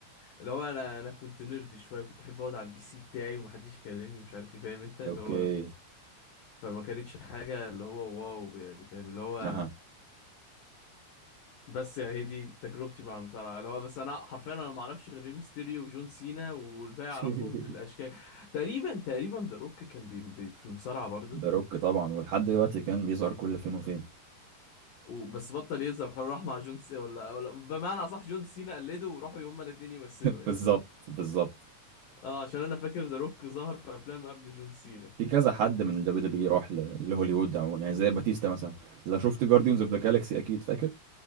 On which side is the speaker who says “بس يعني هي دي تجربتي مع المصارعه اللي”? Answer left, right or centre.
Left